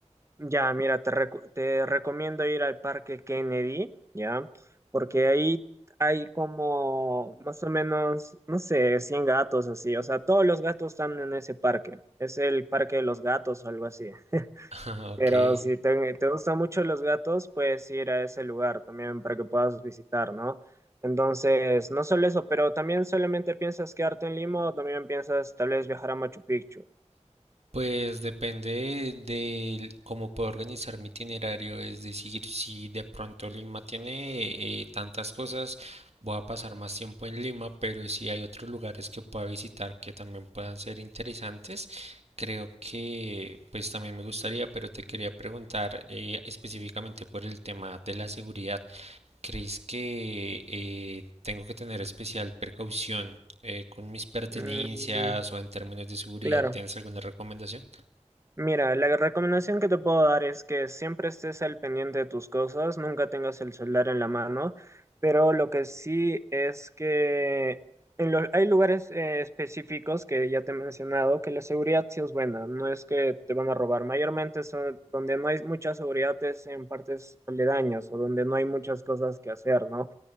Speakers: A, on the right; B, on the right.
A: Ya, mira, te, recu- te recomiendo ir al Parque Kennedy, ¿ya? Porque ahí hay como más o menos, no sé, 100 gatos así. O sea, todos los gatos están en ese parque. Es el Parque de los Gatos o algo así.
B: <laughs> Ah, ok.
A: Pero si te, te gustan mucho los gatos, puedes ir a ese lugar también para que puedas visitar, ¿no? Entonces, no solo eso, pero también solamente piensas quedarte en Lima o también piensas tal vez viajar a Machu Picchu.
B: Pues depende de cómo puedo organizar mi itinerario. Es decir, si de pronto Lima tiene eh, tantas cosas, voy a pasar más tiempo en Lima, pero si hay otros lugares que pueda visitar que también puedan ser interesantes, creo que pues también me gustaría, pero te quería preguntar eh, específicamente por el tema de la seguridad. ¿Crees que eh, tengo que tener especial precaución eh, con mis pertenencias
A: Mm,
B: o en términos de seguridad?
A: claro.
B: ¿Tienes alguna recomendación?
A: Mira, la recomendación que te puedo dar es que siempre estés al pendiente de tus cosas, nunca tengas el celular en la mano, pero lo que sí es que en lo- hay lugares eh, específicos que ya te he mencionado que la seguridad sí es buena, no es que te van a robar. Mayormente son, donde no hay mucha seguridad es en partes aledañas o donde no hay muchas cosas que hacer, ¿no?